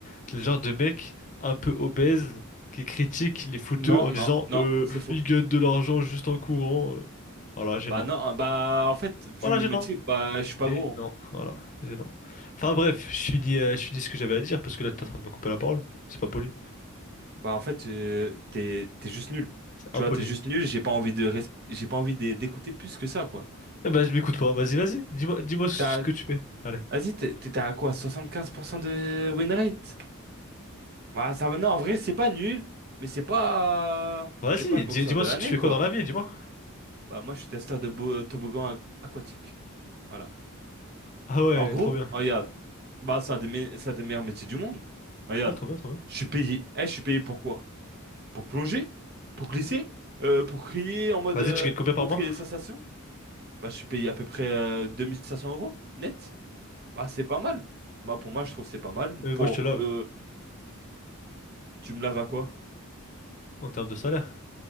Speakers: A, on the left; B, on the right.
A: t'es le genre de mec un peu obèse qui critique les fouteux
B: Non,
A: en disant
B: non, non,
A: euh,
B: c'est faux.
A: ils gagnent de l'argent juste en courant. euh. Voilà, gênant.
B: Bah non, euh, bah en fait, vu
A: Voilà,
B: mon
A: gênant.
B: métier, bah je suis pas
A: G,
B: gros.
A: non, voilà, G, non. Enfin bref, je finis, euh, je finis ce que j'avais à dire parce que là t'es
B: hein.
A: en train
B: Mm.
A: de me couper la parole. C'est pas poli,
B: Bah en fait, euh, t'es t'es juste nul.
A: c'est impoli.
B: Tu vois, t'es juste nul, j'ai pas envie de res- j'ai pas envie d'é- d'écouter plus que ça, quoi.
A: Eh ben je m'écoute pas, vas-y, vas-y, dis-moi, dis-moi ce
B: T'as
A: que tu fais. Allez,
B: vas-y, t'es- t'étais à quoi? 75% de win rate? Bah ça va- non, en vrai, c'est pas nul, mais c'est pas
A: vas-y,
B: t'es pas le boxeur
A: dis, moi
B: de
A: ce
B: l'année,
A: que tu fais
B: quoi.
A: quoi dans la vie, dis-moi.
B: Bah moi, je suis testeur de bo- toboggan aqu- aquatique. Voilà.
A: Ah ouais,
B: En gros,
A: trop bien.
B: oh, regarde, bah ça a des, me- ça a des meilleurs métiers du monde. Regarde,
A: Ouais, trop bien, trop bien.
B: je suis payé. Eh, je suis payé pourquoi Pour plonger? Pour glisser? Euh, pour crier en mode
A: Vas-y,
B: euh,
A: tu gagnes combien par
B: montrer
A: mois?
B: les sensations? Bah, je suis payé à peu près euh, 2500 euros net. Bah, c'est pas mal. Bah, pour moi, je trouve que c'est pas mal.
A: Euh,
B: Pour,
A: moi je te lave
B: euh, tu me laves à quoi?
A: en termes de salaire.